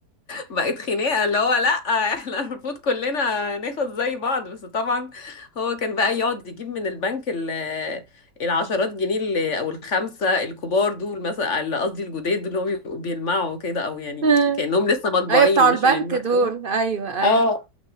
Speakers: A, on the left; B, on the right.
A: بقت خناقة اللي هو لأ احنا <laughs> المفروض كلنا ناخد زي بعض بس طبعا هو كان بقى يقعد يجيب من البنك ال- <hesitation> العشرات جنيه ال- او الخمسة الكبار دول مثلا اللي قصدي الجداد دول اللي هم بيبقوا بيلمعوا كده او يعني
B: مم.
A: كأنهم لسه مطبوعين
B: ايوه بتاع
A: مش
B: البنك
A: بيلمعوا
B: دول ايوه ايوه
A: اه